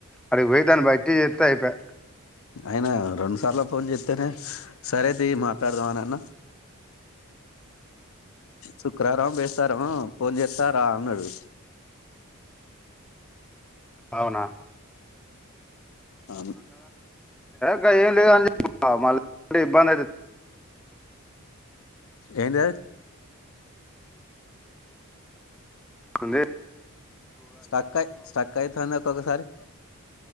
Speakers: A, in the centre; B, on the left.
A: అడికి పోయి దాన్ని బట్టి చెస్తా అయిపో
B: ఆయన రెండుసార్లు ఫోన్ చేస్తేనే సరేతీయి మాట్లాడదామని అన్న శుక్రారం బెస్తారామో ఫోన్ చేస్తా రా అన్నాడు
A: అవునా
B: అవును
A: గ ఏం లేదు అని చెప్ప మళ్ళీ ఇబ్బంది అయితది
B: ఏంటిది అది
A: లే
B: స్టక్ అయి స్టక్ అయితది ఒక్కొక్కసారి